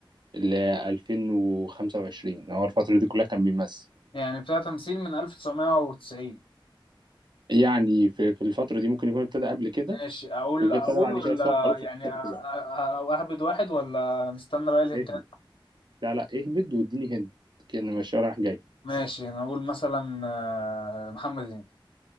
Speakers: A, on the right; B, on the left.
A: ل 2025 هو الفترة دي كلها كان بيمثل
B: يعني بتاع تمثيل من 1990
A: يعني في في الفترة دي ممكن يكون ابتدى قبل كده
B: ماشي اقول
A: وابتدى
B: اقول
A: بعد
B: ولا
A: كده بس هو معروف
B: يعني
A: في الفترة
B: أ- أ- أ-
A: كلها
B: اهبد واحد ولا نستنى بقى الهنتات
A: اهبد لا لا اهبد واديني هند كأن ماشي رايح جاي
B: ماشي انا اقول مثلا آه، محمد هنيدي